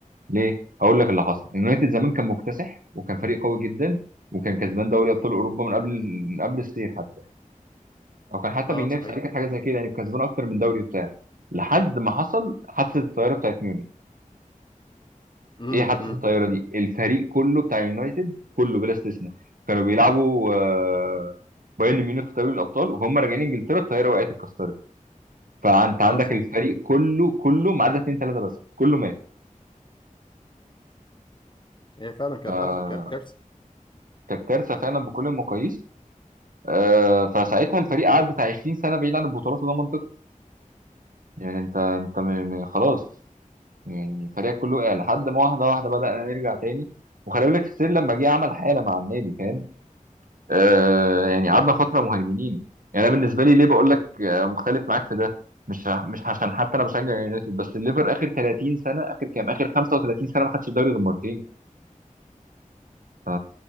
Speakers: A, on the right; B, on the left.
A: ليه هقول لك اللي حصل اليونايتد زمان كان مكتسح وكان فريق قوي جدا وكان كسبان دوري ابطال اوروبا من قبل من قبل السير حتى او كان حتى
B: أه
A: بينافس
B: صحيح
A: عليه كانت حاجه زي كده يعني كسبان اكتر من دوري بتاعه لحد ما حصل حادثه الطياره بتاعت ميونخ
B: امم
A: ايه حادثه
B: امم
A: الطياره دي الفريق كله بتاع اليونايتد كله بلا استثناء كانوا بيلعبوا آه، بايرن ميونخ في دوري الابطال وهم راجعين انجلترا الطياره وقعت اتكسرت فانت عندك
B: أه صحيح
A: الفريق كله كله ما عدا اتنين تلاته بس كله مات
B: هي فعلا كانت
A: آه،
B: حادثة كانت كارثة
A: كانت كارثه فعلا بكل المقاييس آه، فساعتها الفريق قعد بتاع 20 سنه بعيد عن البطولات وده منطقي يعني انت انت م- م- خلاص يعني فريقك كله وقع لحد ما واحده واحده بدأنا نرجع تاني وخلي بالك السير لما جه عمل حاله مع النادي فاهم آه يعني قعدنا فتره مهيمنين يعني انا بالنسبه لي ليه بقول لك آه، مختلف معاك في ده مش ع- مش عشان حتى انا بشجع يونايتد بس الليفر اخر 30 سنه اخر كام اخر 35 سنه ما خدش الدوري غير مرتين ف